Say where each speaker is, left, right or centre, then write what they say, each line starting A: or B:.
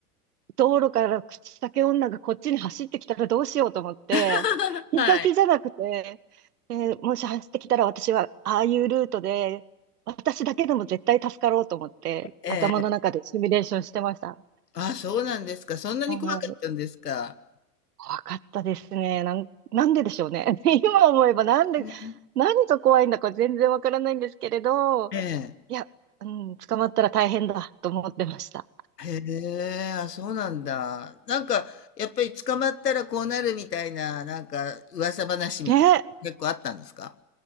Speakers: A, on the right; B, on the left.
A: 道路から口裂け女がこっちに走ってきたらどうしようと思って、
B: <laughs>
A: 見かけじゃなくて、
B: はい。
A: えーもし走ってきたら私はああいうルートで、私だけでも絶対助かろうと思って、
B: ええ。
A: 頭の中でシミュレーションしてました。
B: あ、そうなんですか。そんなに怖かったんですか。
A: はい。怖かったですね。なん、なんででしょうね。<laughs> 今思えばなんで、
B: え
A: 何が怖いんだか全然わからないんですけれど、
B: え。
A: いや、うん、捕まったら大変だと思ってました。
B: へえ、あ、そうなんだ。なんか、やっぱり捕まったらこうなるみたいな、なんか、噂話みたいな、
A: ね、
B: 結構あったんですか